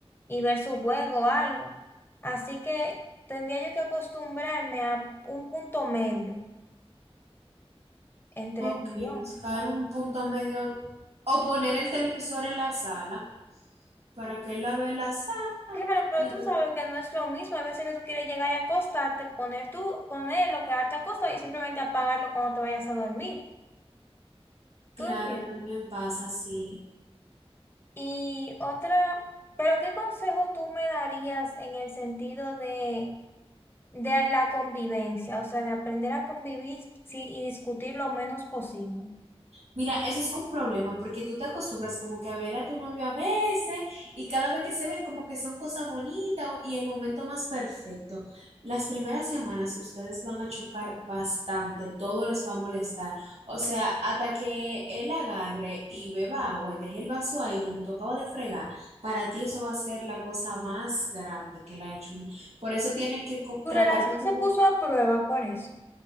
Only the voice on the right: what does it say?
Ok,
buscar un punto medio. O poner el televisor en la sala para que él la vea en la sala.
Mientras
tú-
Claro,
también pasa así.
Mira, eso es un problema porque tú te acostumbras como que a ver a tu novio a veces y cada vez que se ven como que son cosas bonitas o- y el momento más perfecto. Las primeras semanas ustedes van a chocar bastante, todo les va a molestar. O sea, hasta que él agarre y beba agua y deje el vaso ahí donde tú acabas de fregar, para ti eso va a ser la cosa más grande que él ha hecho. Por eso tienen que co-
tratar
de comunicar.